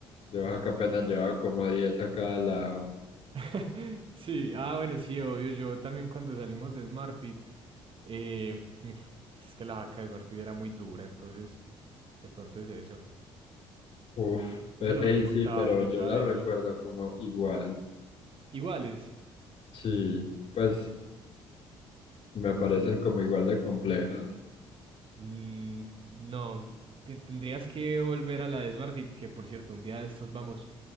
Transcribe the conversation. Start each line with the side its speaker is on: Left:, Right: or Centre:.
Left: yo ja, que apenas llevaba como 10 a cada lado.
Right: <laughs> Sí, ah, bueno, sí, obvio. Yo también cuando salimos de Smartfit, eh, <laughs> es que la jaca de Smartfit era muy dura, entonces de pronto es eso.
Left: Uf,
Right: Uno
Left: pe-
Right: no
Left: ey,
Right: le montaba
Left: sí, pero
Right: peso
Left: yo las
Right: a eso.
Left: recuerdo como igual.
Right: Iguales.
Left: Sí, pues me parecen como igual de complejas.
Right: Mm, no, te- tendrías que volver a la de SmartFit, que por cierto, un día de estos vamos